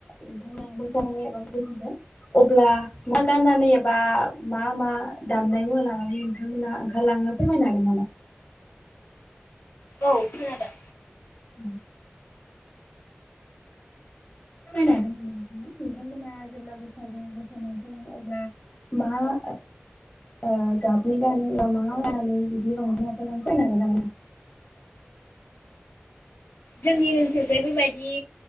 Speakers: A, on the left; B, on the left.
A: ऐसा अब्ला मा गाननानै एबा मा-मा दामनाय मुवा लानानै नोंथांमोना ओंखारलाङो फोरमायनो हागोन नामा?
B: औ खोनादों।
A: उम। फोरमायनो हागोन नामा? नोंथांमोना जेब्ला बैसागो मोसानो ओंखारलाङो अब्ला मा ओ गाबनि गानो <unintelligible> फोरमायनो हागोन नामा नोंथां?
B: जोंनि ओनसोलखै बेबायदि